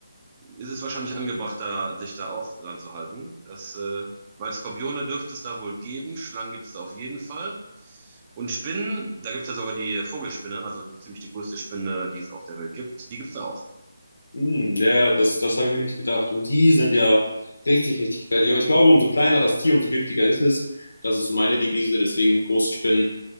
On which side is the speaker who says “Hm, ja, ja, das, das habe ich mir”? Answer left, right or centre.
Left